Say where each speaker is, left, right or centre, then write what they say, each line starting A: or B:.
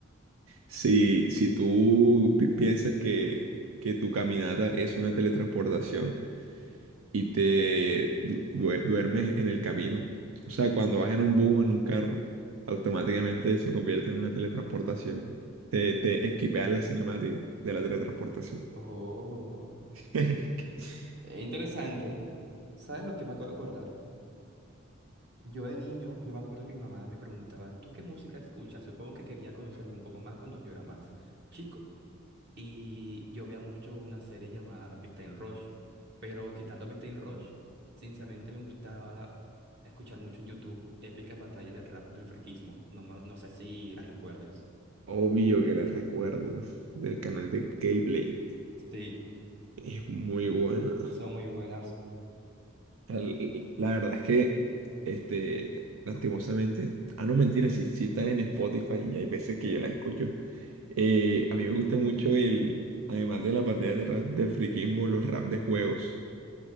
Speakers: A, on the right; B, on the right.
A: Si, si tú pi- piensas que, que tu caminata es una teletransportación y te du- due- duermes en el camino, o sea, cuando vas en un bus o en un carro, automáticamente se convierte en una teletransportación. Te, te esquipean la cinemática de la teletransportación.
B: Oh,
A: <laughs>
B: eh, interesante. ¿Sabes lo que me acabo de acordar? Yo de niño, yo me acuerdo que mi mamá me preguntaba, ¿tú qué música escuchas? Supongo que quería conocerme un poco más cuando yo era más chico. Y yo veía mucho una serie llamada Big Time Rush, pero quitando a Big Time Rush, sinceramente me gustaba escuchar mucho en YouTube épicas batallas del rap del friquismo. No, ma- no sé si las recuerdes.
A: Obvio que los recuerdos del canal de Keyblade
B: Sí,
A: es muy bueno.
B: son muy buenas.
A: Al- La verdad es que, este, lastimosamente, ah, no mentira, si, si están en Spotify y hay veces que yo las escucho, eh, a mí me gusta mucho el, además de la pantalla de rap del friquismo, los rap de juegos,